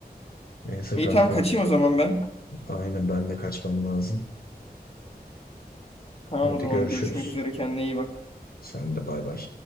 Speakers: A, on the left; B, on the left.
A: Neyse
B: İyi
A: kanka.
B: tamam kaçayım o zaman ben.
A: Aynen ben de kaçmam lazım.
B: Tamam
A: Hadi
B: o zaman
A: görüşürüz.
B: görüşmek üzere kendine iyi bak.
A: Sen de bay bay.